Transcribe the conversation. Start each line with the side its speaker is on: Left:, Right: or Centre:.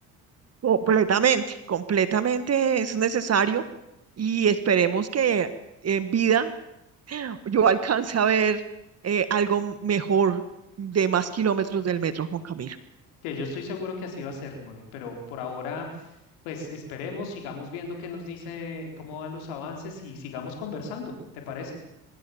Right: completamente, completamente es necesario y esperemos que en vida yo alcance a ver eh, algo mejor de más kilómetros del metro, Juan Camilo.
Left: Que yo estoy seguro que así va a ser, Moni, pero por ahora, pues esperemos, sigamos viendo qué nos dice, cómo van los avances y sigamos conversando. ¿Te parece?